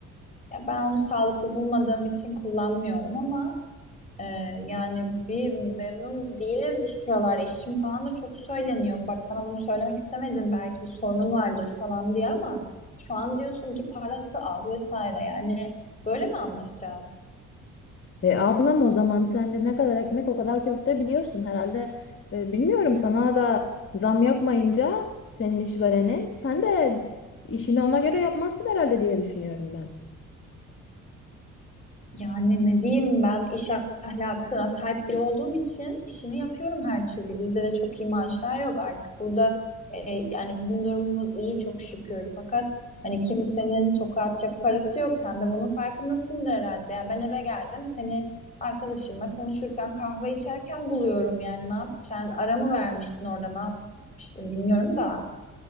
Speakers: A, on the left (about 25°); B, on the left (about 45°).
A: Ya ben onu sağlıklı bulmadığım için kullanmıyorum ama Ee, yani bir memnun değiliz bu sıralar. Eşim falan da çok söyleniyor. Bak sana bunu söylemek istemedim belki bir sorunun vardır falan diye ama şu an diyorsun ki parası az vesaire. Yani böyle mi anlaşacağız?
B: E, ablam o zaman sen de ne kadar ekmek o kadar köfte biliyorsun herhalde. E, bilmiyorum sana da zam yapmayınca senin işverenin sen de işini ona göre yapmazsın herhalde diye düşünüyorum ben.
A: Yani ne diyeyim ben iş ahlakına sahip biri olduğum için işimi yapıyorum her türlü. Bizde de çok iyi maaşlar yok artık burada e, yani bizim durumumuz iyi çok şükür. Fakat hani kimsenin sokağa atacak parası yok. Sen de bunun farkındasındır herhalde. Yani ben eve geldim seni arkadaşınla konuşurken kahve içerken buluyorum yani ne yap sen ara mı vermiştin orada ne yapmıştın bilmiyorum da.